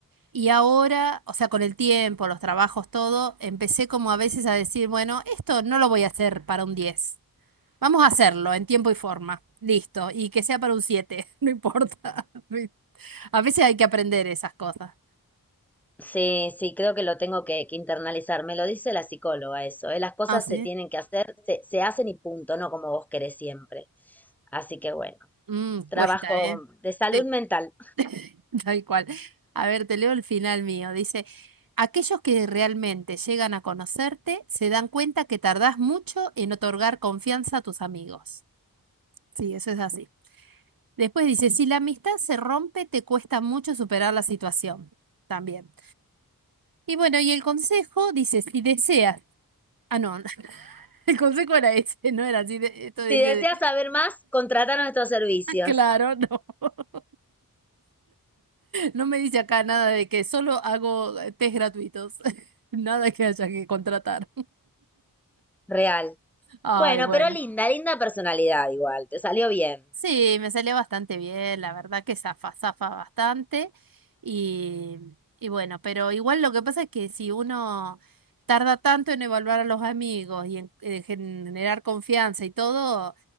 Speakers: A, on the right; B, in the centre.
A: Y ahora, o sea, con el tiempo, los trabajos, todo, empecé como a veces a decir, bueno, esto no lo voy a hacer para un 10, Vamos a hacerlo en tiempo y forma. Listo. Y que sea para un 7, <laughs> no importa. <laughs> A veces hay que aprender esas cosas.
B: Sí, sí, creo que lo tengo que, que internalizar. Me lo dice la psicóloga eso, ¿eh? Las cosas
A: Ah, sí.
B: se tienen que hacer, se, se hacen y punto, no como vos querés siempre. Así que bueno,
A: Mm,
B: trabajo
A: cuesta, ¿eh?
B: de salud
A: Sí,
B: mental.
A: <laughs> tal cual. A ver, te leo el final mío. Dice, aquellos que realmente llegan a conocerte se dan cuenta que tardás mucho en otorgar confianza a tus amigos. Sí, eso es así. Después dice, si la amistad se rompe, te cuesta mucho superar la situación. También. Y bueno, y el consejo dice, si deseas. Ah, no, <laughs> el consejo era ese, no era así. de- Esto dice,
B: Si deseas saber más, contrata nuestros servicios.
A: claro, no. <laughs> No me dice acá nada de que solo hago eh, test gratuitos. <laughs> Nada que haya que contratar.
B: Real.
A: Ay,
B: Bueno,
A: bueno.
B: pero linda, linda personalidad igual, te salió bien.
A: Sí, me salió bastante bien, la verdad que zafa, zafa bastante. Y, y bueno, pero igual lo que pasa es que si uno tarda tanto en evaluar a los amigos y en, en generar confianza y todo,